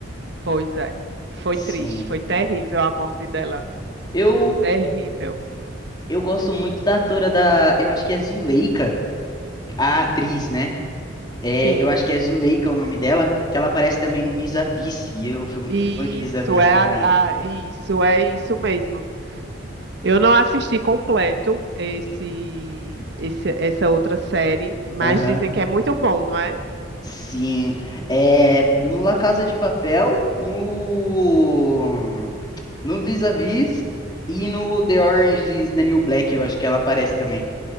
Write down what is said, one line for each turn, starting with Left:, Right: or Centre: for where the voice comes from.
Right: Pois é. Foi
Left: Sim.
Right: triste, foi terrível a morte dela.
Left: Eu
Right: Terrível.
Left: eu gosto muito da atora da, eu acho que é Zuleika, a atriz, né? É,
Right: Sim.
Left: eu acho que é Zuleika o nome dela, que ela aparece também no Vis a Vis, e eu fui muito
Right: Isso
Left: fã de Vis a Vis
Right: é
Left: também.
Right: a- a- isso é isso mesmo. Eu não assisti completo esse, esse- essa outra série, mas
Left: Aham.
Right: dizem que é muito bom, não é?
Left: Sim. É, no La Casa de Papel, no No Vis-a-Vis e no The Orange is the New Black, eu acho que ela aparece também.